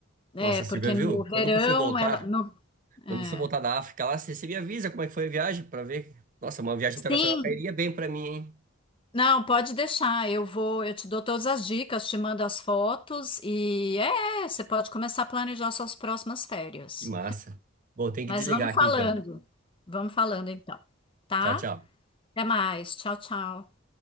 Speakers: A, on the right (about 40°); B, on the left (about 25°).
A: Nossa,
B: É, porque
A: Silvia, viu?
B: no
A: Quando
B: verão
A: você voltar,
B: ela no-
A: quando
B: é.
A: você voltar da África lá, você, você me avisa como é que foi a viagem pra ver. Nossa, uma viagem internacional
B: Sim,
A: cairia bem pra mim, hein?
B: não, pode deixar. Eu vou, eu te dou todas as dicas, te mando as fotos e é, é, você pode começar a planejar suas próximas férias.
A: Que massa. Bom, tem que
B: Mas
A: desligar
B: vamos falando.
A: aqui então.
B: Vamos falando então, tá?
A: Tchau, tchau.
B: Até mais. Tchau, tchau.